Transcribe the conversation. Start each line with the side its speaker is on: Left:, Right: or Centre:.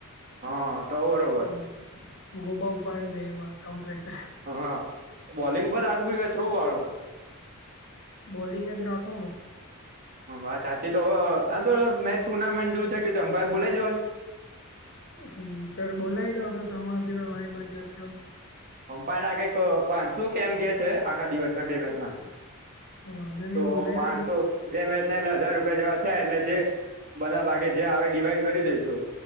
Right: હા. તો બરોબર
Left: હમ્મ, ગોબા ઉપાડી દે એવા કમ્પ્લેટ
Right: હા હા બોલિંગ પર રાખવું છે કે થ્રો વાળું
Left: બોલિંગ જ રાખવાનું.
Right: હા વાત સાચી તો આમ તો મેચ ટુર્નામેન્ટ જોવું થઈ ગય તો એમ્પાયર બોલાય દેવો છે
Left: હમ ત બોલાવી દો તો તમાર જોડે વાય બજાર તો.
Right: અમ્પાયર ના કઈક પાંચસો કેમ કે છે આખા દિવસના બે મેચ ના
Left: વાંધો નહી
Right: તો
Left: બોલાવી
Right: પાંચસો
Left: દો તો
Right: બે <unintelligible> એટલે હજાર રૂપિયા જેવા છે એટલે જે બધા ભાગે જે આવે ડડીવાઈડ કરી દઈસુ.